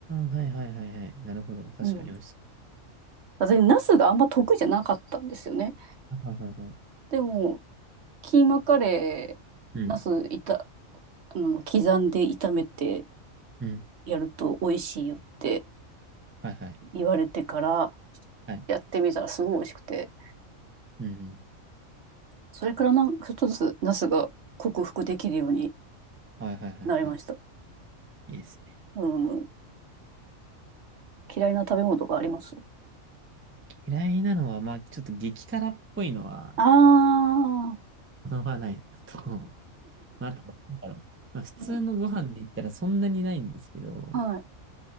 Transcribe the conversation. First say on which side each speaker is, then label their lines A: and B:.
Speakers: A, on the right; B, on the right.
A: あ、はいはいはいはい。なるほど。確かに美味しそ
B: うん。私、ナスがあんま得意じゃなかったんですよね。
A: う。はいはいはいはい。
B: でも、キーマカレー、
A: うん。
B: ナスいた、あの、刻んで炒めて、
A: うん。
B: やると美味しいよって
A: はいはい。
B: 言われてから
A: はい。
B: やってみたらすごい美味しくて、
A: うん。うん
B: それからなんかちょっとずつナスが克服できるように
A: はいはいはいはい。
B: なりました。
A: いいですね。
B: うん。嫌いな食べ物とかあります
A: 嫌いなのは、まあ、ちょっと激辛っぽいのは、
B: ああ
A: 好ままないのと、<laughs> まあ、あと、なんだろう。まあ、普通のご飯で言ったらそんなにないんですけど、
B: ー、うんはい。